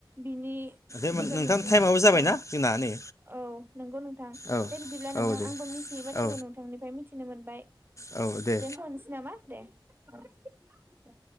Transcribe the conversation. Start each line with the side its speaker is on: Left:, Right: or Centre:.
Right: बिनि
Left: होमबा
Right: गेजेरजोंसो
Left: नोंथां टाइमाबो जाबायना
Right: औ
Left: जोंना नै
Right: औ नंगौ नोंथां
Left: औ
Right: दे बिदिब्ला नोंथां
Left: औ दे
Right: आंबो मिथियै बाथ्राखौ
Left: औ
Right: नोंथांनिफ्राय मिथिनो मोनबाय
Left: औ दे
Right: दोनथ'नोसै नामा दे औ।